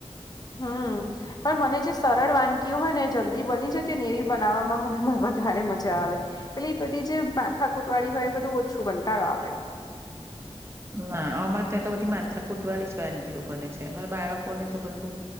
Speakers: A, on the left (about 35°); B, on the right (about 25°).
A: હમ્મ. પણ મને જે સરળ વાનગીઓ હોય ને જલ્દી બની જતી હોય ને એવી બનાવવામાં મને વધારે મજા આવે. પેલી બધી જે માથાકૂટ વાળી હોય એ બધું ઓછું કંટાળો આવે.
B: ના અમારે ત્યાં તો બધી માથા કૂટવાળી જ વાનગીઓ બને છે. અમારા બાળકોને તો બધું